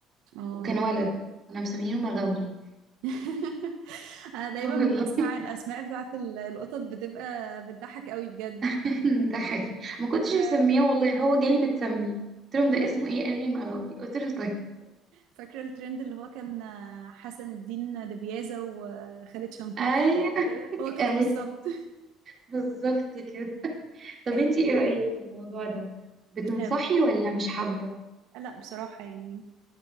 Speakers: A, on the right; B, on the right.
A: اه
B: وكان ولد كنا مسمينه مغاوري
A: <laughs> انا دايما
B: <laughs> والله
A: بسمع الاسماء بتاعت ال- القطط بتبقى بتضحك قوي بجد
B: <laughs> ده حقيقي ما كنتش
A: فاكرة
B: مسمياه
A: ال-
B: والله هو جالي متسمي قلت لهم
A: كمان
B: ده اسمه ايه قالوا لي مغاوري قلت له طيب
A: فاكرة الترند اللي هو كان حسن الدين دبيازة وخالد شنقيطي
B: ايوه
A: كده هو كده
B: ايوه
A: بالظبط
B: بالظبط كده <laughs> طب
A: <laughs>
B: انتي ايه رأيك في الموضوع ده بتنصحي
A: آه،
B: ولا مش حابة
A: لا بصراحة يعني